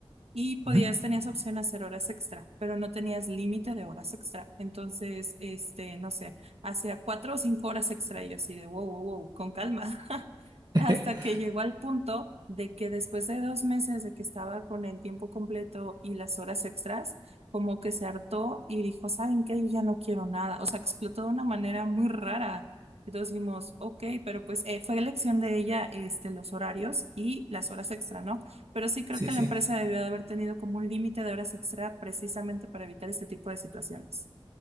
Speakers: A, on the right; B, on the right.
A: Y podías,
B: ujú.
A: tenías opción a hacer horas extra, pero no tenías límite de horas extra. Entonces, este, no sé, hacía cuatro o cinco horas extra y yo así de wow, wow, wow, con calma. <laughs>
B: <laughs>
A: Hasta que llegó al punto de que después de dos meses de que estaba con el tiempo completo y las horas extras, como que se hartó y dijo, ¿saben qué? Yo ya no quiero nada. O sea, explotó de una manera muy rara. Entonces dijimos, ok, pero pues eh, fue elección de ella, este, los horarios y las horas extra, ¿no? Pero sí creo
B: Sí,
A: que
B: sí,
A: la empresa debió de haber tenido como un límite de horas extra precisamente para evitar este tipo de situaciones.